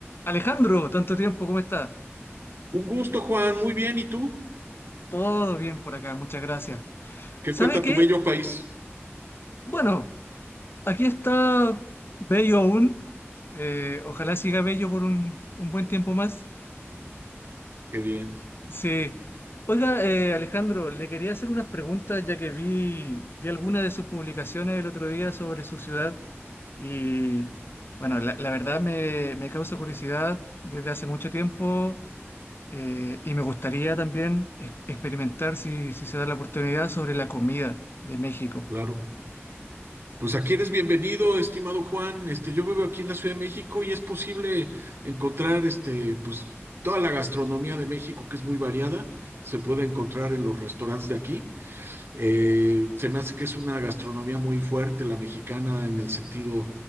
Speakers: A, on the left; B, on the right.
A: Alejandro, tanto tiempo, ¿cómo estás?
B: Un gusto, Juan. Muy bien. ¿Y tú?
A: Todo bien por acá, muchas gracias.
B: ¿Qué
A: ¿Sabes
B: cuenta
A: qué?
B: tu bello país?
A: Bueno, aquí está bello aún. Eh, ojalá siga bello por un, un buen tiempo más.
B: Qué bien,
A: Sí. Oiga, eh, Alejandro, le quería hacer unas preguntas ya que vi, vi algunas de sus publicaciones el otro día sobre su ciudad y, bueno, la, la verdad me, me causa curiosidad desde hace mucho tiempo Eh, y me gustaría también ex- experimentar, si, si se da la oportunidad, sobre la comida de México.
B: claro. Pues aquí eres bienvenido, estimado Juan. Este, yo vivo aquí en la Ciudad de México y es posible encontrar, este, pues toda la gastronomía de México, que es muy variada, se puede encontrar en los restaurantes de aquí. Eh, se me hace que es una gastronomía muy fuerte la mexicana en el sentido